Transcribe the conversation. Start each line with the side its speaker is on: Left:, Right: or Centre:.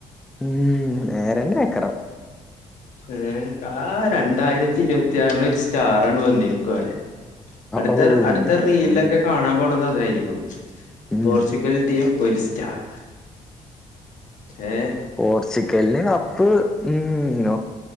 Centre: ഉം നേരെന്നേക്കരം
Left: ഏ ആ രണ്ടായിരെത്തി ഇരുപത്തിയാറ്ല് ഒര സ്റ്റാറാണ്ട് വന്നിരിക്കുവടെ അട്ത്ത
Centre: ഔ ഇന്റെ
Left: അട്ത്ത റീൽലൊക്കെ
Centre: മോനെ
Left: കാണാൻ പോണതതായി <unintelligible>
Centre: ഉം
Left: പോർച്ചുഗൽ ടീം ഒര് സ് സ്റ്റാർ ഏ
Centre: പോർച്ച് ഗെല്ല് കപ്പ് ഉം